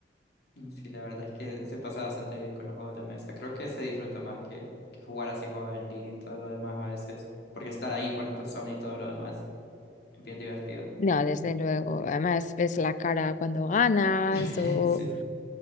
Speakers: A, on the left (about 65°); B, on the left (about 45°).
A: Mm, Sí, la verdad es que se pasa bastante bien con los juegos de mesa. Creo que se disfruta más que, que jugar así juegos en línea y todo lo demás a veces, porque estar ahí con la persona y todo lo demás es bien divertido.
B: No, desde luego. Además, ves la cara cuando ganas
A: <laughs>
B: o
A: Sí,